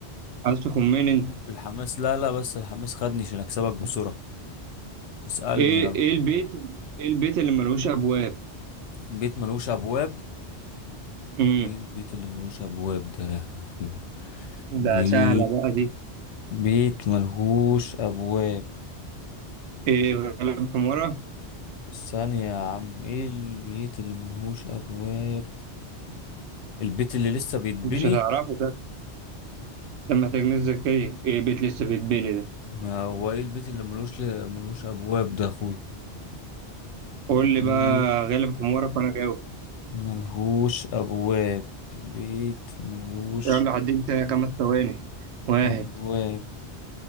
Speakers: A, on the right; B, on the left.
A: عايز تخمن أنت
B: الحماس لا لا بس الحماس خدني عشان أكسبك بسرعة اسألني
A: إيه
B: يلا
A: إيه البيت إيه البيت اللي ملوش أبواب؟
B: بيت ملوش أبواب
A: امم
B: ايه البيت اللي ملوش ابواب ده يا اخوي
A: ده
B: بيت
A: سهلة بقى دي
B: بيت ملهوش ابواب
A: إيه غلب حمارة
B: الثانية يا عم ايه البيت اللي ملهوش ابواب البيت اللي لسه بيتبني
A: مش هتعرفه ده محتاج ناس ذكية ايه بيت لسه بيتبني ده
B: ما هو ايه البيت اللي ملوش ملهوش ابواب ده يا اخوي
A: قول
B: بيت
A: لي بقى غالب حمارك وانا جاوب
B: ملهوش ابواب بيت ملهوش
A: يلا حددت خمس ثواني واحد
B: ابواب